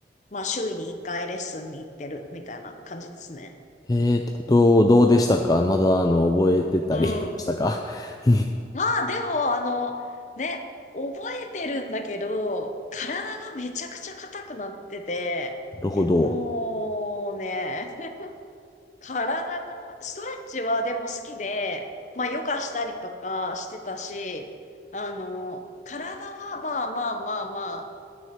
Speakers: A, on the left (about 40°); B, on the left (about 20°).
A: まあ、週に1回レッスンに行ってるみたいな感じですね。
B: へえーと、どう、どうでしたかまだ、あの、覚えてたりしましたか
A: うん。
B: <laughs>
A: まあ、でも、あの、ね、覚えてるんだけど、体がめちゃくちゃ硬くなってて、
B: なるほど。
A: もうね、体が、ストレッチはでも好きで、まあヨガしたりとかしてたし、あの、体はまあまあまあまあ、